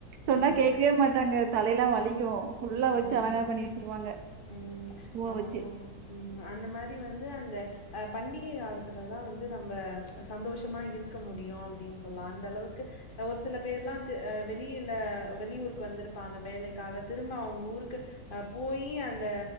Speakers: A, on the right; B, on the left.
A: சொன்னா
B: ம்
A: கேக்வே மாட்டாங்க தலயெல்லா வலிக்கு ஃபுல்லா வச்சு
B: ம்
A: அலங்காரோ பண்ணி வச்சிருவாங்க
B: ம்.
A: பூவ
B: ஆமாங்க.
A: வச்சு
B: ம் அந்த மாரி வந்து அந்த அ பண்டிகை காலத்துலதா வந்து நம்ப சந்தோஷமா இருக்க முடியு அப்டின் சொல்லா அந்தளவுக்கு ஆ ஒரு சில பேர்லா வெளில வெளியூருக்கு வந்திருப்பாங்க வேலைக்காக தி ரும்ப அவுங்க ஊருக்கு அ போயி அந்த